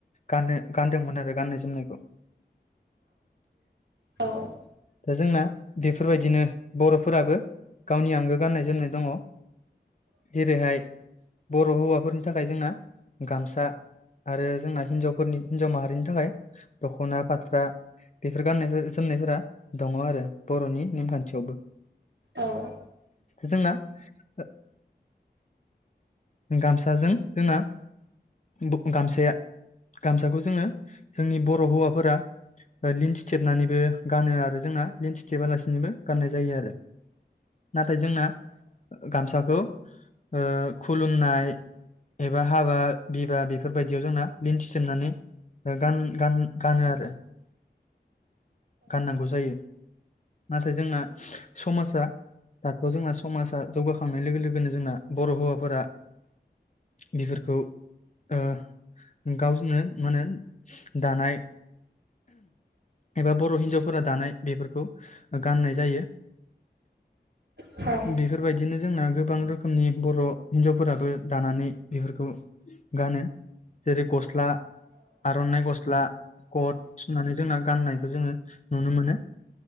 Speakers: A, on the left; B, on the right.
A: गानो गानदोंमोन आरो गाननाय जोमनायखौ।
B: औ।
A: दा जोंना बेफोरबायदिनो बर'फोराबो गावनि आंगो गाननाय जोमनाय दङ जेरैहाय बर' हौवाफोरनि थाखाय जोंना गामसा आरो जोंना हिनजाव फोरनि हिनजाव माहारिनि थाखाय दख'ना फास्रा बेफोर गाननायफोर जोमनायफोरा दङ आरो बर'नि नेमखान्थियावबो।
B: औ।
A: जोंना ओ गामसाजों जोंना बु गामसाया गामसाखौ जोङो जोंनि बर' हौवाफोरा लिन्थिथेबनानैबो गानो आरो जोंना लन्थिथेबालासिनोबो गाननाय जायो आरो नाथाय जोंना ओ गामसाखौ ओ खुलुमनाय एबा हाबा बिबा बेफोरबायदियाव जोंना लिन्थिथेबनानै गान-गान-गानो आरो। गाननांगौ जायो। नाथाय जोंना समाजा दाथ' जोंना समाजा जौगाखांनाय लोगो लोगोनो जोंना बर' हौवा फोरा बेफोरखौ ओ गावजनो मा होनो दानाय एबा बर' हिनजावफोरा दानाय बेफोरखौ गाननाय जायो।
B: औ
A: बेफोरबायदिनो जोंना गोबां रोखोमनि बर' हिनजावफोराबो दानानै बेफोरखौ गानो जेरै गस्ला आर'नाय गस्ला। क'ट होननानै जोंना गाननायखौ जोङो नुनो मोनो